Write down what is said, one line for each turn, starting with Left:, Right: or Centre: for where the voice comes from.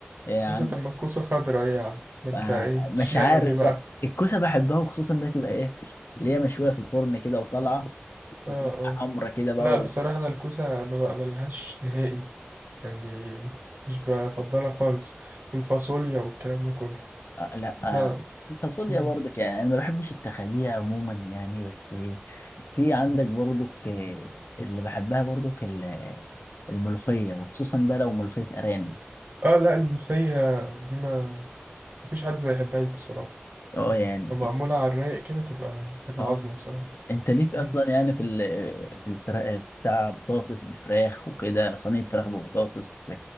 Left: إيه عندك
Right: كوسه طب ما الكوسه خضرا ايه يا عم ما انت
Left: آه،
Right: ايه اشمعنى
Left: مش عارف
Right: دي بقى
Left: بقى الكوسه بحبها وخصوصا انها تبقى ايه اللي هي مشويه في الفرن كده وطالعه وتبقى
Right: اه اه
Left: حمرا كده بقى
Right: لا بصراحه انا الكوسه ما بقبلهاش نهائي يعني مش بفضلها خالص والفاصوليا والكلام ده كله
Left: آه لا آه
Right: لا
Left: تصلي
Right: مم.
Left: برضك يعني انا ما بحبش التخابيئة عموما يعني بس في عندك برضك آه، اللي بحبها برضك ال- الملوخية وخصوصا بقى لو ملوخية ارانب
Right: اه لا الملوخية دي ما مفيش حد ما يحبهاش بصراحة
Left: اه يعني
Right: لما معمولة على الرايق كده تبقى حاجة عظمة
Left: اه
Right: بصراحة
Left: انت ليك اصلا
Right: مم.
Left: يعني في ال- في الفراخ بتاع بطاطس بفراخ وكده صينية فراخ ببطاطس